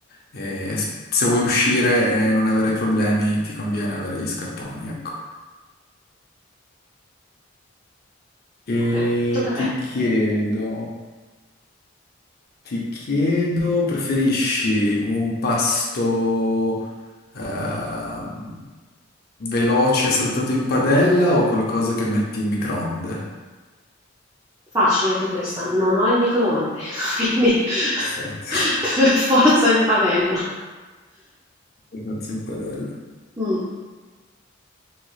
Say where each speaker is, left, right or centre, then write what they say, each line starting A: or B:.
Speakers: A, on the left (about 50°); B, on the right (about 20°).
A: e s- se vuoi uscire e non avere problemi ti conviene avere gli scarponi, ecco.
B: ok,
A: E
B: tocca a
A: ti
B: te.
A: chiedo. Ti chiedo, preferisci un pasto ehm, veloce saltato in padella o qualcosa che metti in microonde?
B: Facile anche questa, non ho il microonde, quindi <laughs>
A: Perfetto. <laughs>
B: per forza in padella.
A: Saltato in padella.
B: Mm.